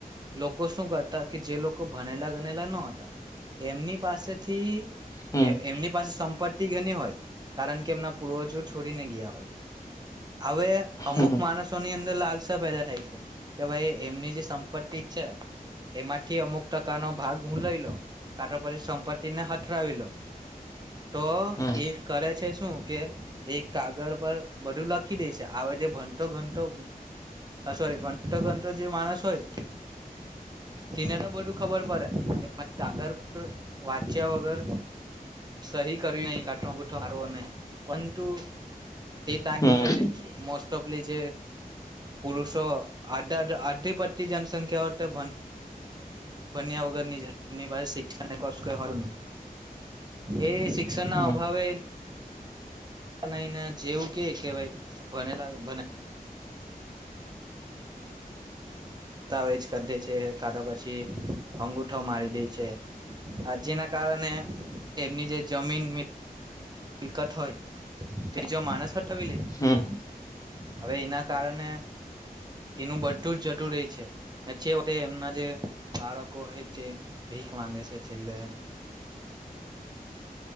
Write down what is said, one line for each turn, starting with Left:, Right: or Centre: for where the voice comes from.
Right: લોકો શું કરતા કે જે લોકો ભણેલા ગનેલા ન હતા એમની પાસેથી
Left: હમ
Right: એ એમની પાસે. સંપતિ ઘણી હોય કારણ કે એમના પૂર્વજ છોડીને ગયા હોય. હવે અમુક
Left: હમ
Right: માણસો ની અંદર લાલ પેદા થાય છે કે ભાઈ એમની જે સંપત્તિ છે એમાંથી અમુક ટકાનોો ભાગ હું લઈ લો કારાો પછી સંપત્તિને હથરાાવી લો તો
Left: હમ
Right: એ કરે છેસો. કે એક કાગળ પર બધું લખી દે છે હ જે ભંટો ઘંટો સોરી ભંટો ઘંટો જે માણસ હોય તેને તો બધું ખબર પડે કાગળ પર વાંચ્યા વગર સહી કરવી ના ગો મારવો નહી કોઈંતુ. તે ટાઈમ
Left: હમ
Right: પ જ છું મોસ્ટ જે પુરુષો આધી પટતી જનસંખ્યા ભન્યા વગર ની પા શિક્ષણય એ શિક્ષ ના
Left: હમ
Right: અભાવે નહી ના જેવું કે કે વાય ભનેલાને ભ દસ્તાવેજ કરી દે છે કાધા પછી અંગુઠો મારી દે છે આ જેના કારણે એમની જે જમીન મિલકત હોય તે જો માણસ હઠવી લે
Left: હમ
Right: હવે એના કારણે એનું બધું જ જટું ર છે જે વ એમના જે બાળકો હોય તે ભીખ માંગે છે છેલ્લે